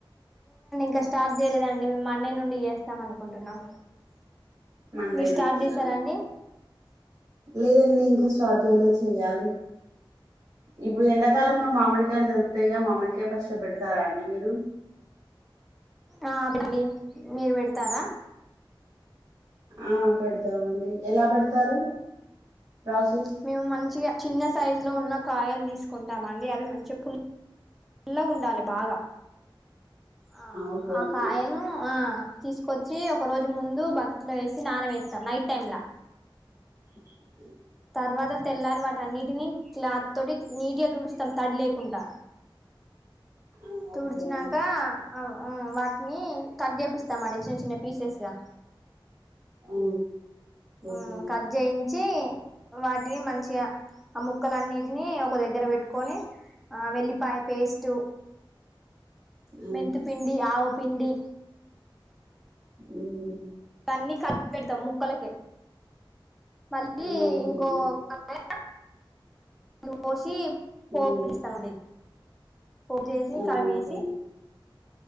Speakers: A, in the centre; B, on the right.
A: ఇంక స్టార్ట్ చేయలేదండి. మేము మండే నుండి చేస్తాం అనుకుంటున్నాం.
B: మండే
A: మీరు స్టార్ట్
B: నుంచి
A: చేసారా అండి.
B: లేదండి ఇంకా స్టార్ట్ చేయలే చెయ్యాలి. ఇప్పుడు ఎండాకాలంలో మామిడిక కాయలు దొరుకుతాయిగా. మామిడికాయ పచ్చడి పెడతారా అండి మీరు
A: ఆహ్ పెడతామాండి మీరు పెడతారా
B: ఆ పెడతామండి ఎలా పెడతారు. ప్రాసెస్
A: మేము మంచిగా చిన్న సైజు లో ఉన్న కాయలు తీసుకుంటాం. మండి అవి మంచి పుల్ పుల్లగుండాలి బాగా ఆ
B: ఓకే
A: ఆ
B: అండి
A: కాయలు ఆహ్ తీసుకొచ్చి. ఒక రోజు ముందు బకెట్లో వేసి నాన వేస్తాం నైట్ టైంమ్లా.
B: ఉహ్ హు
A: తర్వాత తెల్లారీ వాటి అన్నిట్ ని క్లాత్ తోటి నీటిగా తూడుస్తాం. తడి లేకుండా.
B: ఆ
A: తుడ్చిన్నాంక
B: ఓకే అండి
A: ఆహ్ వాటిని కట్ చేపిస్తామండి. చిన్న చిన్న పీసెస్గా
B: ఆ ఓకే
A: ఆహ్
B: అండి
A: కట్ చేయించి. వాటిని మంచిగా ఆ ముక్కల అన్నిటిని ఒక దగ్గర పెట్టుకొని ఆ వెల్లిపాయ పేస్ట్.
B: ఆ
A: మెంతి పిండి, ఆవపిండి
B: ఉహ్
A: ఇవన్నీ కల్పి పెడతాం ముక్కలకే మళ్ళీ
B: ఆ ఓకే
A: ఇంకో
B: అండి
A: ఆహ్ పోషిప్ పోపులీస్తామండి
B: ఉమ్,
A: పోప్పు చేసి
B: ఆ
A: కరమేసి
B: ఓకే